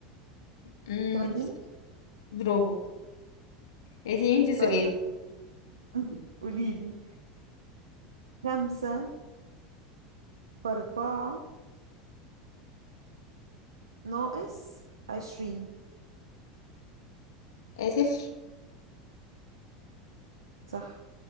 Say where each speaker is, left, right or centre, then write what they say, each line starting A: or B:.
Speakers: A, on the left; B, on the right.
A: مم،
B: 80
A: برافو اديني انتي سؤال
B: طيب <laughs> قوليلي خمسة في أربعة ناقص عشرين
A: آه، صفر
B: صح